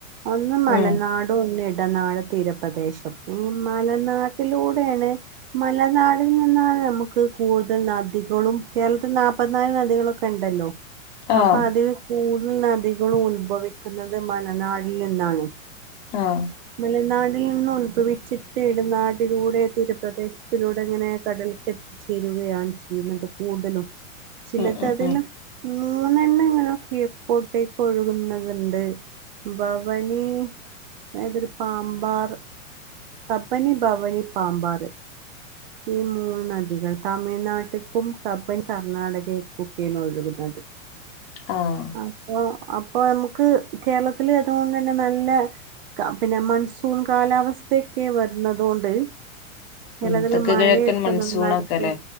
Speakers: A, on the right (about 45°); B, on the left (about 40°).
A: ഒന്ന് മലനാട്
B: ഉം
A: ഒന്നു ഇടനാട് തീര പ്രദേശം ഈ മലനാട്ടിലൂടേയാണ് മലനാടിൽ നിന്നാണ് നമുക്ക് കൂടുതൽ നദികളും കേരളത്തിൽ നാപ്പത് നാല് നദികളൊക്കെ ക്കെണ്ടല്ലോ
B: ആഹ്
A: അപ്പൊ അതിൽ കൂടുതൽ നദികളും ഉത്ഭവിക്കുന്നത് മലനാടിൽ നിന്നാണ്
B: ആഹ്
A: മലനാടിൽ നിന്നും ഉത്ഭവിച്ചിട്ട് ഇടനാടിലൂടെ തീരപ്രദേശത്തിലൂടെങ്ങനെ കടൽക്കെത്ത് ചേരുകയാണ് ചെയ്യുന്നത് കൂടുതലും ചിലത്
B: ഉം ഉം
A: അതില്
B: ഉം
A: മൂന്നെണ്ണം ന്നെണ്ണം കിഴക്കോട്ടേക്കൊഴുക്കുന്നത്ണ്ട് ഭവാനി മേതൊരു പാമ്പാറ് കബനി ഭവാനി പാമ്പാറ് ഈ മൂന്ന് നദികൾ തമിഴ്നാട്ട്ക്കും കബനി കർണാടകേകൊക്കെണ് ഒഴുകുന്നത് <unintelligible>
B: ആഹ്
A: അപ്പൊ അപ്പൊ നമുക്ക് കേരളത്തില് അതുകൊണ്ടന്നെ നല്ല ക പിന്നെ മൺസൂൺ കാലാവസ്ഥയെക്കെ വരുന്നതുകൊണ്ട് ചെലതില്
B: ഉം തെക്ക്
A: മഴയെക്കെ
B: കിഴക്കൻ മൺസൂണൊക്കെല്ലേ
A: നന്നായിട്ട്